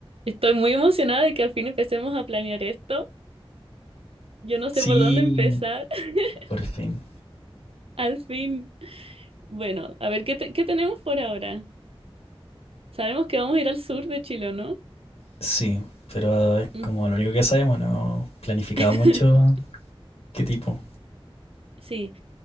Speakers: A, on the right; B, on the left.
A: Estoy muy emocionada de que al fin empecemos a planear esto. Yo no sé
B: Sí,
A: por dónde empezar. <laughs>
B: por fin.
A: Al fin, bueno, a ver, ¿qué, te- qué tenemos por ahora? Sabemos que vamos a ir al sur de Chile, ¿no?
B: Sí, pero es
A: Ujú.
B: como lo único que sabemos, no he planificado
A: <laughs>
B: mucho qué tipo.
A: Sí,